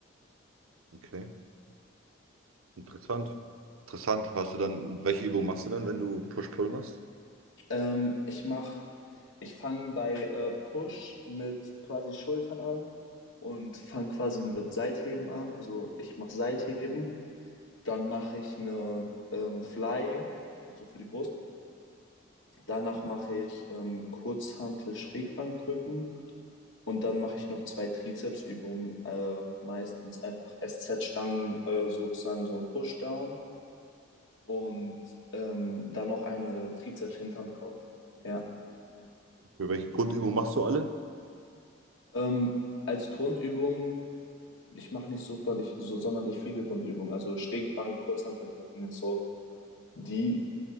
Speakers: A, on the right; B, on the left.
A: Okay, interessant. Interessant. Hast du dann, welche Übung machst du dann, wenn du Push-Pull machst?
B: Ähm, ich mach, ich fange bei äh, Push mit quasi Schultern an und fange quasi mit Seitheben an. Also ich mache Seitheben, dann mache ich eine ähm, Fly, also für die Brust. Danach mache ich ähm, Kurzhantel Schrägbankdrücken und dann mache ich noch zwei Trizepsübungen, äh, meistens einfach SZ-Stangen, äh, sozusagen so ein Pushdown und ähm, dann noch eine Trizeps-Hinternkopf. Ja.
A: Für welche Grundübung machst du alle?
B: Ähm, als Grundübung, ich mache nicht superlich, so sonderlich viele Grundübungen. Also Schrägbank, Kurzhanteldrücken ist so die,